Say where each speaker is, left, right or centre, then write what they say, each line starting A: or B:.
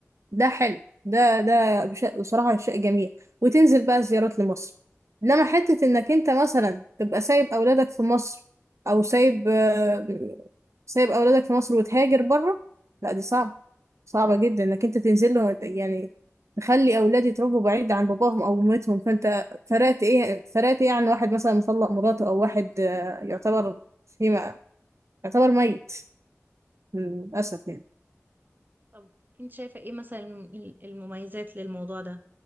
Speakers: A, on the right; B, on the right.
A: ده حلو ده ده بش- بصراحة شيء جميل وتنزل بقى زيارات لمصر إنما حتة إنك أنت مثلا تبقى سايب أولادك في مصر أو سايب آه، سايب أولادك في مصر وتهاجر بره لا دي صعبة صعبة جدا إنك أنت تنزل له يعني تخلي أولادي يتربوا بعيد عن باباهم أو أمتهم فأنت فرقت إيه فرقت إيه عن واحد مثلا مطلق مراته أو واحد آه، يعتبر فيما يعتبر ميت للأسف يعني
B: طب انت شايفة ايه مثلا الم- المميزات للموضوع ده